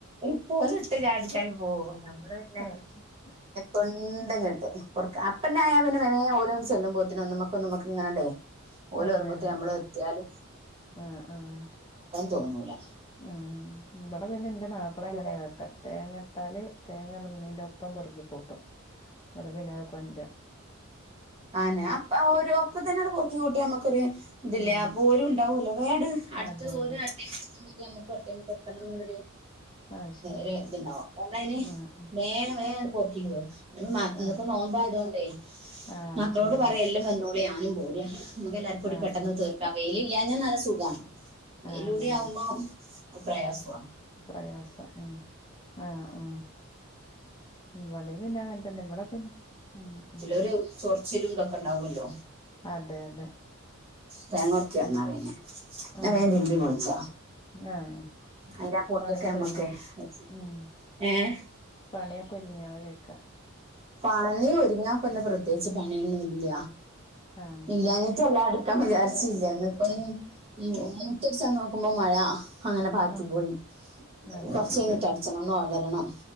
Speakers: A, on the right (about 30°); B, on the left (about 20°).
A: ഇട്ടോല്ട്ട് ചാടിച്ചാടി പോകും നമ്മള് പിന്നെ
B: ആഹ് ശരി
A: കൊണ്ട്ങ്ങട്ട് പൊർ അപ്പന്നെ ആയാ പിന്നെ വേനേ ഓരോ ചെല്ലുമ്പോത്തിനും ഒന്നുമക്ക ഒന്നുമക്ക് ങ്ങനടെയ് ഓല്
B: അതെ
A: വരുമ്പോത്തിന്
B: അതെ
A: അമ്മള് എത്തിയാലും
B: ആഹ് ആഹ്
A: തോന്നൂല
B: ആഹ് ഇബടെ പിന്നെ ന്റെ നാ അപ്പളെ എങ്ങനെയാട്ട
A: കൂടെ
B: തേങ്ങട്ടാല് തേങ്ങ ഇടുന്നയിന്റൊപ്പം പെറുകി ക്കൂട്ടും അപ്പ പിന്നെ അത് കൊണ്ട്
A: ആഹ് നാ പ്പ ഒരു അപ്പൊ തന്നെ ങ്ങ്ട് പെറുക്കി കൂട്ടി മ്മക്കൊരു ഇതില്ലേ
B: ആഹ്
A: അപ്പൊ ഒരു ണ്ടാവോല്ലോ വേങ്ങട് അടുത്തത്
B: അതെ
A: ഓര്
B: അതെ
A: നമ്മക്ക് നമ്മക്കും അടുത്തേമ്മക്ക് എത്തണന്ന്ള്ളൊരു
B: അത് ശരി
A: രെ ത്ണ്ടാവാ കണ്ട അയിന്
B: ആഹ്
A: വേഗ വേഗം അങ്ങ്ട് പൊറുക്കിക്കൊ മ ഇന്ന്പ്പോ
B: ആഹ്
A: നോമ്പയതൊണ്ടേയ്
B: ആഹ്
A: മക്കളോട്
B: ശരിയാ
A: പറയ എല്ലാം വന്നൂടി ഞാനും പോരാ മ്മക്കെല്ലാർക്കുംകൂടി
B: ആഹ്
A: പെട്ടന്ന്
B: ആഹ്
A: തീർക്കാം വെയില് ഇല്ലാഞ്ഞാൽ നല്ല സുഖ വെയിലൂടെ
B: ആഹ് അതെ
A: ആവുമ്പോ പ്രയാസവാ
B: പ്രയാസ ഉം ആഹ് ആഹ് ഇവടെ പിന്നെ അങ്ങനെ തന്നെ ഇവിടെ പിന്ന ഉം ഉം
A: <unintelligible> ചിലും ന്തൊക്കെണ്ടാവല്ലോ
B: അതെ അതെ
A: തേങ്ങുർക്കി വന്നാ
B: ഉം
A: പിന്നെ ഞാൻ
B: ആഹ്
A: വേം തിര്മ്പി
B: ആഹ്
A: കുളിച്ച
B: ആഹ്
A: അയിന്റാ പൊടിയൊക്കെ
B: പണിയൊക്കെ
A: നമ്മക്കെയ്
B: ഒരുങ്ങിയോ
A: <unintelligible>
B: ഉം
A: ഏഹ്
B: പണിയൊക്കെ ഒരുങ്ങിയോ ചോയ്ക്ക
A: പണി ഒരുങ്ങാപ്പിന്ന പ്രത്യേകിച്ച് പണിയൊന്നും ഇല്ല
B: ആഹ്
A: ഇല്ലാഞ്ഞിട്ടല്ല അടി ടിക്കാം വിചാരിച്ചില്ല ന്ന്പ്പൊ ഇനി മുറ്റടിച്ചം നോക്കുമ്പോ മഴ അങ്ങനെ പാറ്റി
B: ആഹ്
A: പോയി
B: അതെ
A: കൊറച്ചയ്ഞ്ഞിട്ട് അടിച്ചണം ഒന്ന് ഒലരണം